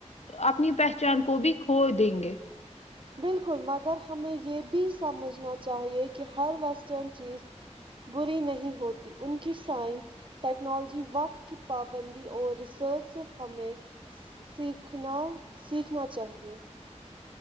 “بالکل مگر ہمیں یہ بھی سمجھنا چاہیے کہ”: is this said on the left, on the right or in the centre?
Right